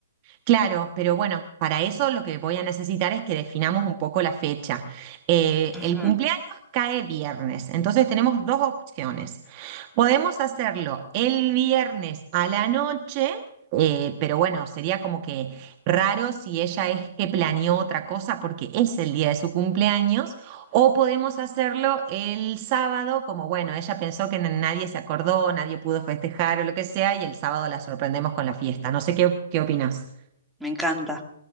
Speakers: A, on the right (about 35°); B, in the centre.
A: Claro, pero bueno, para eso lo que voy a necesitar es que definamos un poco la fecha. Eh,
B: Ujú,
A: el cumpleaños cae viernes, entonces tenemos dos opciones. Podemos hacerlo el viernes a la noche, eh, pero bueno, sería como que raro si ella es que planeó otra cosa porque es el día de su cumpleaños, o podemos hacerlo el sábado, como bueno, ella pensó que n- nadie se acordó, nadie pudo festejar o lo que sea, y el sábado la sorprendemos con la fiesta. No sé qué, qué opinas.
B: Me encanta.